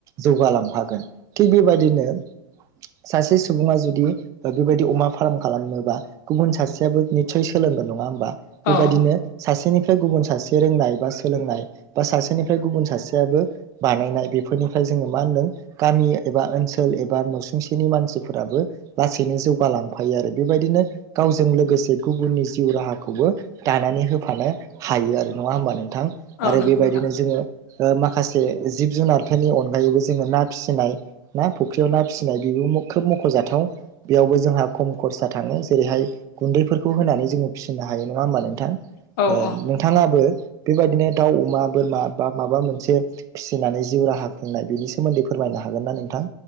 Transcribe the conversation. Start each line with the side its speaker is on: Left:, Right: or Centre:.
Right: जौगालांफागोन थिग बेबायदिनो सासे सुबुङा जुदि बेबायदि अमा फार्म खालामनोबा गुबुन सासेयाबो निस्सय सोलोंगोन नङा होमबा
Left: औ
Right: बेबायदिनो
Left: औ
Right: सासेनिफ्राय गुबुन सासे रोंनाय बा सोलोंनाय बा सासेनिफ्राय गुबुन सासेयाबो बानायनाय बेफोरनिफ्राय जोङोमा होनदों गामि एबा अनसोल एबा नसुं सेनि मानसिफोराबो लासैनो जौगालांफायो आरो बेबायदिनो गावजों लोगोसे गुबुननि जिउ राहाखौबो दानानै होफानो हायो आरो नङा होमबा नों थां
Left: औ
Right: आरो
Left: नंगौ
Right: बेबायदिनो
Left: नोंथां
Right: जोङो माखासे जिब जुनारफोरनि अनगायैबो जोङो ना फिसिनाय ना फुख्रियाव ना फिसिनाय बेबो खोब मख'जाथाव बेयावबो जोंहा खम खरसा थाङो जेरैहाय गुन्दैफोरखौ होनानै जोङो फिसिनो हायो नङा होमबा नोंथां
Left: औ औ
Right: नोंथाङाबो बेबायदिनो दाउ अमा बोरमा बा माबा मोनसे फिसिनानै जिउ राहा खुंनाय बेनि सोमोन्दै फोरमाय मायनो हागोन ना नोंथां।